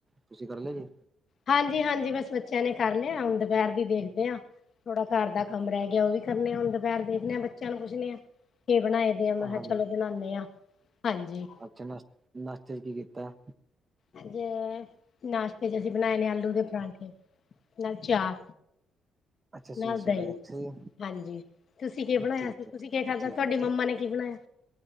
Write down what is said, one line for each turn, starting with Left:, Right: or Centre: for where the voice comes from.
Right: ਤੁਸੀਂ ਕਰ ਲੈ ਜੀ।
Left: ਹਾਂਜੀ-ਹਾਂਜੀ, ਬਸ ਬੱਚਿਆਂ ਨੇ ਕਰ ਲਿਆ ਹੁਨ ਦੁਪਹਿਰ ਦੀ ਦੇਖਦੇ ਹਾਂ, ਥੋੜਾ ਘਰ ਦਾ ਕੰਮ ਰਹਿ ਗਿਆ ਉਹ ਵੀ ਕਰਨੇ ਆ, ਹੁਣ ਦੁਪਹਿਰ ਦੇਖਦੇ ਹਾਂ ਬੱਚਿਆਂ ਨੂੰ, ਪੁੱਛਣੇ ਆਾਂ ਕੀ ਬਣਾਏ ਦੇ ਆ, ਮੈਂ
Right: ਹਾਂਜੀ,
Left: ਕਿਹਾ ਚਲੋ ਬਨਾਨੇ ਆ ਹਾਂ ਹਾਂਜੀ।
Right: ਚੰਗਾ ਨਾਸਤੇ ਚ ਕੀ ਕੀਤਾ
Left: ਅੱਜ ਨਾਸ਼ਤੇ ਚ, ਅਸੀਂ ਬਣਾਏ ਨੇ ਆਲੂ ਦੇ ਪਰਾਂਠੇ, ਨਾਲ ਚਾਹ
Right: ਅੱਛਾ ਸਵੇਰੇ-ਸਵੇਰੇ
Left: ਨਾਲ ਦਹੀ,
Right: ਅੱਛਾ ਜੀ,
Left: ਹਾਂਜੀ ਤੁਸੀਂ ਕਿ ਬਣਾਇਆ
Right: ਠੀਕ
Left: ਸੀ
Right: ਹੈ।
Left: ਤੁਸੀਂ
Right: ਠੀਕ
Left: ਕਿ ਖਾਧਾ ਤੁਹਾਡੀ ਮੰਮਾ ਨੇ ਕੀ ਬਣਾਇਆ?